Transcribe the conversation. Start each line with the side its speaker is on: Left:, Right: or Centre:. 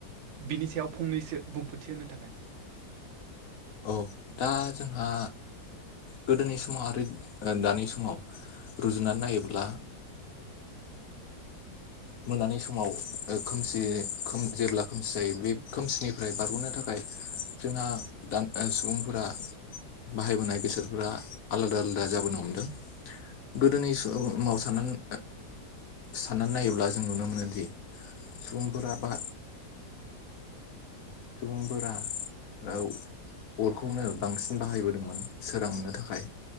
Right: बिनि सायाव फंनैसो बुंफोरथि होनो थाखाय
Left: औ दा जोंहा गोदोनि समाव आरो दानि समाव रुजुनानै नायोब्ला मोनानि समाव खोमसि जेब्ला खोमसि जायो बे खोमसिनि निफ्राय बारग'नो थाखाय जोंहा दा सुबुंफोरा बाहायबोनाय बेसादफोरा आलादा आलादा जाबोनो हमदों गोदोनि समाव साननानै साननानै नायोब्ला जों नुनो मोनोदि सुबुंफोरा बा सुबुंफोरा औ अरखौनो बांसिन बाहायबोदोंमोन सोरांनो थाखाय